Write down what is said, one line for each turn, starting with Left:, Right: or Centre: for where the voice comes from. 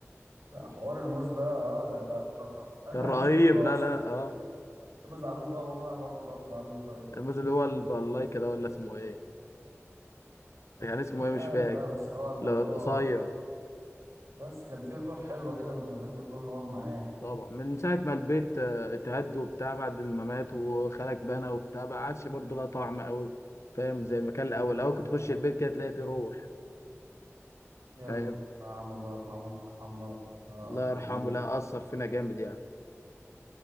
Right: لا حوار الموز ده اه كان-
Left: <laughs>
Right: انا
Left: كان
Right: ما
Left: رهيب
Right: بحبش الموز ده
Left: لا
Right: اصلا
Left: لا اه
Right: ما زعلوش بقى وقام راح واخده اكله عمل ايه طيب
Left: الموز اللي هو البلايكه ده ولا اسمه ايه يعني اسمه
Right: مش
Left: ايه
Right: عارف
Left: مش فاكر
Right: بقى بس هو الموضوع
Left: لا القصير
Right: بس كان فيه روح حلوه كده كنا بنحب نروح نقعد معاه
Left: طبعا من ساعة ما البيت آه، اتهد وبتاع بعد ما مات وخالك بنى وبتاع ما عادش برضه لها طعم قوي فاهم زي ما كان الأول
Right: اه
Left: الأول كنت تخش البيت كده تلاقي فيه روح
Right: يلا
Left: فاهم
Right: يا عم الله يرحمه ويرحمنا آه
Left: الله
Right: كلنا
Left: يرحمه لا أثر فينا جامد يعني